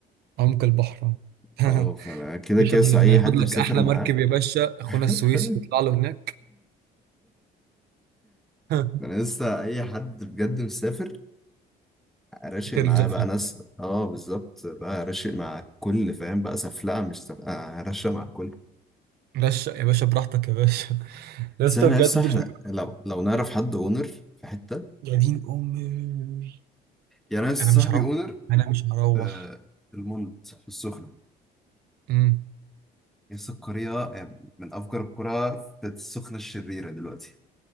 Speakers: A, on the right; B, in the centre.
A: عمق البحر
B: اه فانا
A: <laughs>
B: كده
A: باش
B: كده
A: ناخد
B: لسه اي حد
A: لك
B: بسافر
A: احلى
B: معاه
A: مركب يا باشا اخونا
B: <laughs>
A: السويسي يطلع له هناك <laughs>
B: انا لسه اي حد بجد مسافر راشق
A: ترز
B: معاه
A: أب
B: بقى
A: فيه
B: ناس اه بالظبط بقى راشق مع الكل فاهم بقى سفلقه مش سفلقه راشق مع الكل
A: رشق يا باشا براحتك يا باشا <laughs> يا
B: بس
A: اسطى
B: احنا
A: بجد
B: لسه احنا
A: الفيلم
B: لو لو نعرف حد اونر في حته
A: يا دين أمي
B: يعني انا لسه
A: أنا مش
B: صاحبي
A: هروح
B: اونر
A: أنا مش هروح
B: في المنت في السخنة
A: امم
B: لسه القرية من أفجر القرى في السخنة الشريرة دلوقتي